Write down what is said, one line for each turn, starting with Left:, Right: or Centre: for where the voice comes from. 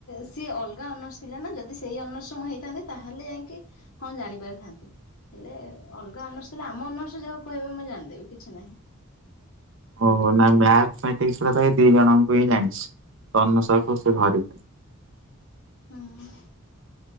Left: ସିଏ ଅଲଗା ଅନର୍ସ ଥିଲା ନା ଯଦି ସେଇ ଅନର୍ସର ମୁ ହେଇଥାନ୍ତି ତାହେଲେ ଯାଇକି ହଁ ଜାଣି ପାରିଥାନ୍ତି। ହେଲେ ଅଲଗା ଅନର୍ସ ହେଲେ ଆମ ଅନର୍ସ ଯାହାକୁ କହିବ ମୁଁ ଜାଣିଦେବି କିଛି ନାହିଁ।
Right: ଓହ ନା ମ୍ୟାଥମେଟିକ୍ସ ର ତ ଏଇ ଦି ଜଣଙ୍କୁ ହିଁ ଜାଣିଛି। ତନୁସା କୁ ସେ ଭାରି
Left: ହୁଁ